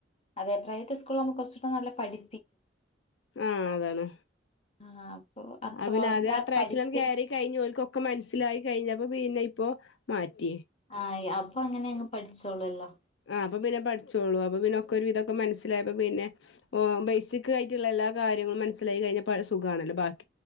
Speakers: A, on the left; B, on the left.
A: അതെ പ്രൈവറ്റ് സ്കൂളാകുമ്പം കുറച്ചൂടെ നല്ല പഠി
B: ആഹ് അതാണ്
A: ആഹ് അത്ര
B: ആ പിന്നെ
A: എന്താ
B: അത് ആ ട്രാക്കിലങ്ങ്
A: പഠിപ്പ്
B: കേറി കഴിഞ്ഞ് ഓൽക്കൊക്കെ മനസ്സിലായി കഴിഞ്ഞ പ്പോ പിന്നെ ഇപ്പൊ മാറ്റി
A: ആഹ് അപ്പൊ അങ്ങനെ അങ്ങ് പഠിച്ചോളൂല്ലോ
B: ആ അപ്പൊ പിന്നെ പഠിച്ചോളും അപ്പ പിന്നെക്കെ ഒരു വിധമൊക്കെ മനസിലായപ്പോ പിന്നെ ബേസിക് ആയിട്ടുള്ള എല്ലാ കാര്യ ങ്ങള് മനസിലായി കഴിഞ്ഞപ്പോ സുഖണല്ലോ ബാക്കി